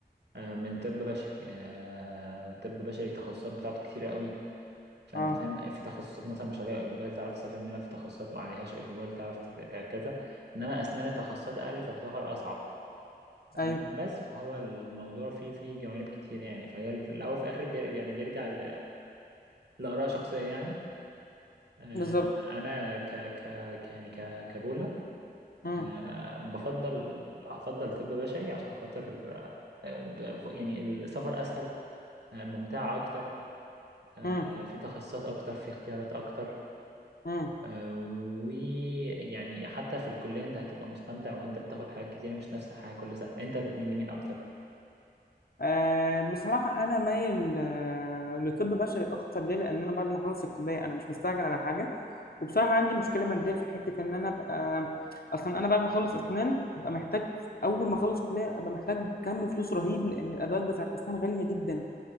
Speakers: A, on the right; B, on the left.
A: آه، من طب بشري آه، طب بشري التخصصات بتاعته كتيرة قوي فأنت
B: اه
A: فاهم في تخصصات مثلا مش عليها إقبال تعرف تسافر منها في تخصصات ما عليهاش إقبال تعرف تت- كذا إنما أسنان تخصصات أقل فالسفر أصعب آه،
B: ايوه
A: بس فهو الموضوع فيه فيه جوانب كتيرة يعني فهي الأول في الآخر بير- يعني بيرجع ل- لآراء شخصية يعني آه،
B: بالظبط
A: انا ك ك ك- يعني ك كبولا
B: امم
A: آه، بفضل هفضل طب بشري عشان خاطر آه، ب- يعني السفر اسهل آه، ممتعة اكتر آه،
B: امم
A: في تخصصات اكتر في اختيارات اكتر
B: امم
A: آه، ويعني حتى في الكلية انت هتبقى مستمتع وانت بتاخد حاجات كتيرة مش نفس الحاجة كل سنة انت بتميل لمين اكتر
B: آه، بصراحة أنا مايل آه، لطب بشري أكتر ليه؟ لأن أنا بعد ما أخلص الكلية أنا مش مستعجل على حاجة وبصراحة عندي مشكلة مادية في حتة إن أنا أبقى أصلا أنا بعد ما أخلص أسنان هبقى محتاج أول ما أخلص الكلية أبقى محتاج كم فلوس رهيب لأن الأدوات بتاعت أسنان غالية جدا